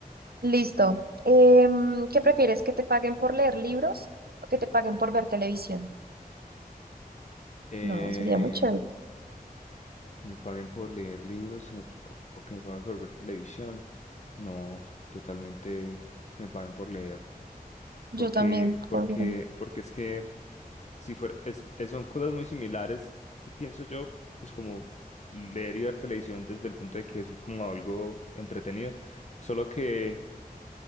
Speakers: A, on the right; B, on the left.
A: Listo. Em, ¿qué prefieres? ¿Que te paguen por leer libros o que te paguen por ver televisión?
B: Eh,
A: No, sería muy chévere.
B: que me paguen por leer libros que me pa- o que me paguen por ver televisión. No, totalmente que me paguen por leer.
A: Yo
B: porque,
A: también,
B: porque,
A: confirmo.
B: porque es que si fuera, es, es- son cosas muy similares, pienso yo, pues como leer y ver televisión desde el punto de que es como algo entretenido, solo que